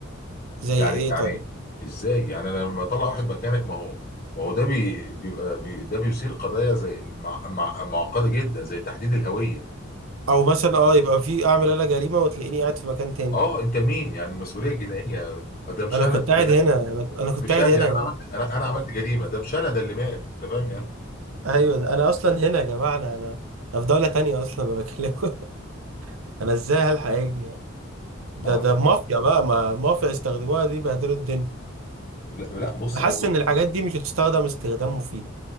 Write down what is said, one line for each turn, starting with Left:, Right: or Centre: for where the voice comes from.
Right: زي
Left: يعني
Right: ايه
Left: يعني
Right: طيب
Left: ازاي يعني انا لما اطلع واحد مكانك ما هو ما هو ده بي بيبقى بي ده بيثير قضايا زي مع مع معقده جدا زي تحديد الهويه
Right: او مثلا اه يبقى في اعمل انا جريمة وتلاقيني قاعد في مكان تاني
Left: اه انت مين يعني المسؤوليه الجنائيه ده مش
Right: انا
Left: انا
Right: كنت قاعد
Left: اللي مات
Right: هنا انا انا كنت
Left: مش
Right: قاعد
Left: انا
Right: هنا
Left: يعني
Right: يا جماعة
Left: انا عملت انا أنا عملت جريمه ده مش انا ده اللي مات انت فاهم يعني
Right: ايوه ده انا اصلا هنا يا جماعة انا انا أنا في دولة تانية اصلا انا بكلمكم <laughs> انا ازاي هلحق اجي يعني؟ ده
Left: اه
Right: ده
Left: لا
Right: مافيا بقى ما مافيا يستخدموها دي بهدلوا الدنيا
Left: لا, لا بص
Right: انا
Left: موضوع
Right: حاسس ان الحاجات دي مش هتستخدم استخدام مفيد